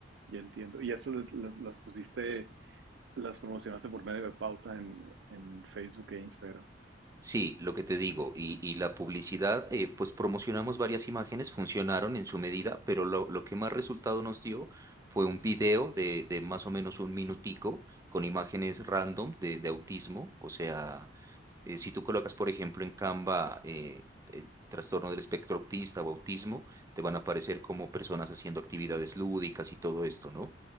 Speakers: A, on the right; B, on the right.
A: Ya entiendo. ¿Y estas las, las pusiste, las promocionaste por medio de pauta en, en Facebook e Instagram?
B: Sí, lo que te digo, y, y la publicidad, eh, pues promocionamos varias imágenes, funcionaron en su medida, pero lo, lo que más resultado nos dio fue un video de, de más o menos un minutico con imágenes random de, de autismo. O sea, eh, si tú colocas, por ejemplo, en Canva eh, eh, trastorno del espectro autista o autismo, te van a aparecer como personas haciendo actividades lúdicas y todo esto, ¿no?